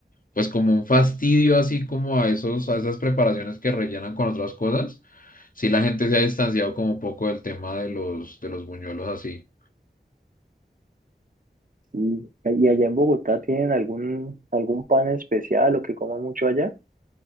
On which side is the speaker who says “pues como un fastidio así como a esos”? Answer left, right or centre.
Left